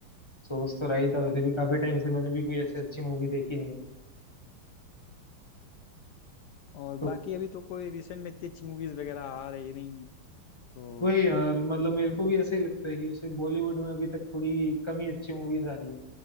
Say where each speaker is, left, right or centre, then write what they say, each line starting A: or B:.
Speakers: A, on the left; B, on the left.
A: सोच तो रही था
B: हाँ,
A: वैसे भी काफी टाइम से मैंने भी कोई ऐसे अच्छी मूवी देखी नहीं है
B: और
A: तो
B: बाकी अभी तो कोई रिसेंट में इतनी अच्छी मूवीज वगैरह आ रही नहीं हैं। तो
A: वही यार मतलब मेरे को भी ऐसे ही लगता है कि जैसे बॉलीवुड में अभी तक थोड़ी कम ही अच्छी मूवीज आ रही हैं